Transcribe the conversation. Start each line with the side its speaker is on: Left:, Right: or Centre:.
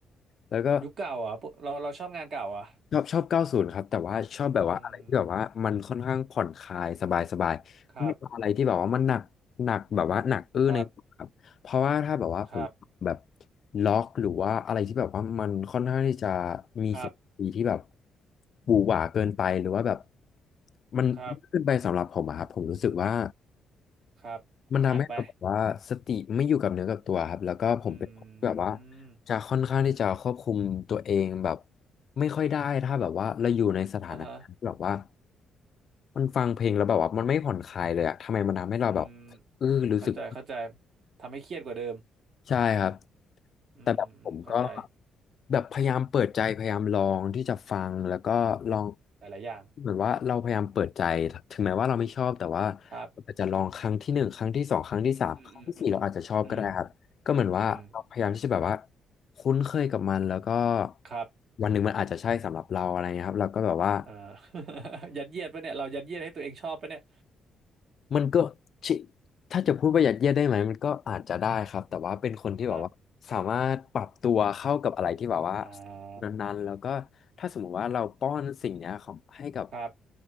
Left: แล้วก็
Right: ยุคเก่าเหรอ่ะเราเราชอบงานเก่าเหรอ่ะ
Left: ชอบชอบเก้าสูนครับแต่ว่าชอบแบบว่าอะไรที่แบบว่ามันค่อนข้างผ่อนคลายสบายสบาย
Right: อืมครับ
Left: ไม่เอาอะไรที่แบบว่ามันหนักหนักแบบว่าหนักอื้อในหัวครับเพราะว่าถ้าแบบว่าผมแบบ
Right: ครับครับ
Left: ล็อกหรือว่าอะไรที่แบบว่ามันค่อนข้างที่จะมีเสียงดนตรีที่แบบ
Right: ครับ
Left: บูหวาเกินไปหรือว่าแบบมันเกินไปสำหรับผมอะครับผมรู้สึกว่า
Right: ครับครับหนักไป
Left: มันทำให้เราแบบว่าสติไม่อยู่กับเนื้อกับตัวครับแล้วก็ผมเป็นคนที่แบบว่า
Right: อืม
Left: จะค่อนข้างที่จะควบคุมตัวเองแบบไม่ค่อยได้ถ้าแบบว่าเราอยู่ในสถานการณ์ที่แบบว่า
Right: อ่าฮะ
Left: มันฟังเพลงแล้วแบบว่ามันไม่ผ่อนคลายเลยอะทำไมมันทำให้เราแบบ
Right: อืม
Left: เออรู้สึก
Right: เข้าใจเข้าใจทำให้เครียดกว่าเดิม
Left: ใช่ครับ
Right: อืมอืมเข้าใจ
Left: แต่แบบผมก็แบบพยายามเปิดใจพยายามลองที่จะฟังแล้วก็ลอง
Right: หลายๆอย่าง
Left: เหมือนว่าเราพยายามเปิดใจถึงแม้ว่าเราไม่ชอบแต่ว่าเราอาจจะลองครั้งที่หนึ่งครั้งที่สองครั้งที่สามครั้งที่สี่เราอาจจะชอบก็ได้ครับก็เหมือนว่าเราพยายามที่จะแบบว่า
Right: ครับอืมอืมอืมอืมอืม
Left: คุ้นเคยกับมันแล้วก็
Right: ครับ
Left: วันหนึ่งมันอาจจะใช่สำหรับเราอะไรเงี้ยครับเราก็แบบว่า
Right: เอ่อ <laughs> ยัดเยียดปะเนี่ยเรายัดเยียดให้ตัวเองชอบปะเนี่ย
Left: มันก็ชิถ้าจะพูดว่ายัดเยียดได้ไหมมันก็อาจจะได้ครับ แต่ว่าเป็นคนที่แบบว่าสามารถปรับตัวเข้ากับอะไรที่แบบว่า
Right: ครับอ่า
Left: นั้นๆแล้วก็ถ้าสมมติว่าเราป้อนสิ่งเนี้ยของให้กับ
Right: ครับ